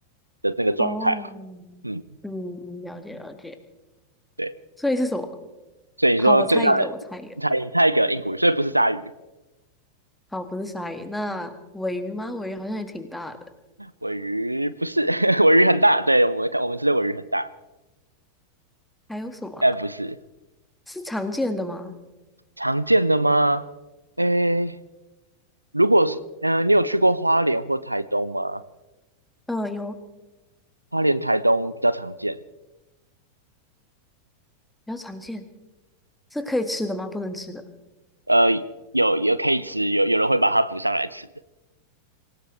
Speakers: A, on the right; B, in the centre.
A: 的那个状态。
B: 哦，
A: 嗯，
B: 嗯，了解了解。
A: 对，
B: 所以是什么？
A: 所以你说最大的它它一个硬骨鱼，
B: 好，我猜一个，我猜一个。
A: 所以不是鲨鱼，
B: 好，不是鲨鱼，那尾鱼吗？尾鱼好像也挺大的。
A: 尾鱼不是，<laughs> 尾鱼很大，对我们我们吃的尾鱼很大，
B: 还有什么啊
A: 但不是。
B: 是常见的吗？
A: 常见的吗？诶，如果是，嗯、你有去过花莲或台东吗？
B: 嗯、有，
A: 花莲、台东比较常见。
B: 比较常见。是可以吃的吗？不能吃的。
A: 呃，有有可以吃，有有人会把它补上来吃的。